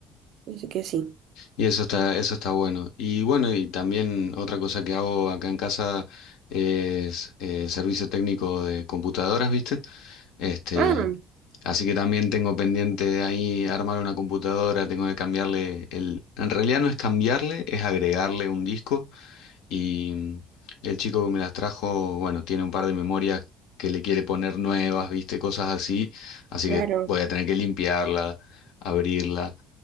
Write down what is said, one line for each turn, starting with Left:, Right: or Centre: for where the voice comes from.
Right: Así que sí.
Left: Y eso está, eso está bueno. Y bueno, y también otra cosa que hago acá en casa es eh, servicio técnico de computadoras, ¿viste? Este,
Right: Ah,
Left: así que también tengo pendiente ahí armar una computadora, tengo que cambiarle el... En realidad no es cambiarle, es agregarle un disco y el chico que me las trajo, bueno, tiene un par de memorias que le quiere poner nuevas, viste, cosas así. Así
Right: claro,
Left: que voy a tener que limpiarla, abrirla,